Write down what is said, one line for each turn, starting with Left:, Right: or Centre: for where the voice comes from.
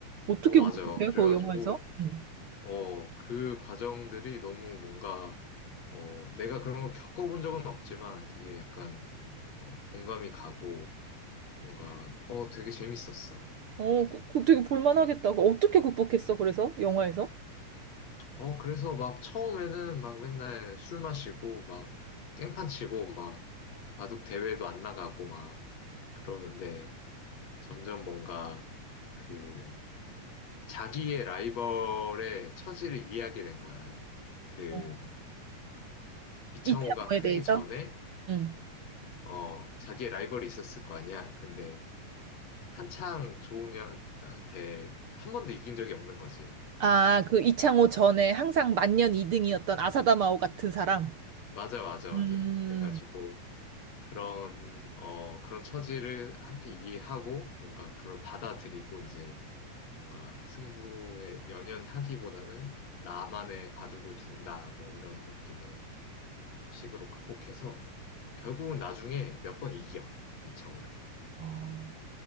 Right: 어떻게
Left: 어, 맞아.
Right: 극복해,
Left: 그래가지고,
Right: 그 영화에서? 응.
Left: 어, 그 과정들이 너무 뭔가, 어, 내가 그런 걸 겪어본 적은 없지만 되게 약간 어, 공감이 가고, 뭔가, 어, 되게 재밌었어.
Right: 어, 그, 그 되게 볼만하겠다. 그 어떻게 극복했어, 그래서? 영화에서?
Left: 어, 그래서 막 처음에는 막 맨날 술 마시고, 막 깽판 치고, 막 바둑 대회도 안 나가고, 막 그러는데, 점점 뭔가 그 자기의 라이벌의 처지를 이해하게 된 거야. 그
Right: 어,
Left: 이창호가
Right: 이창호에
Left: 크기
Right: 대해서?
Left: 전에
Right: 응.
Left: 어 자기의 라이벌이 있었을 거 아니야. 근데 한창 조은현한테 한 번도 이긴 적이 없는 거지.
Right: 아, 그 이창호 전에 항상 만년 2등이었던 아사다마오 같은 사람?
Left: 맞아, 맞아,
Right: 음.
Left: 맞아. 그래가지고 그런 어 그런 처지를 함께 이해하고 뭔가 그걸 받아들이고 이제 뭔가 승부에 연연하기보다는 나만의 바둑을 둔다 뭐 이런 느낌의 어, 식으로 극복해서 결국은 나중에 몇 번 이겨 이창호를.
Right: 어,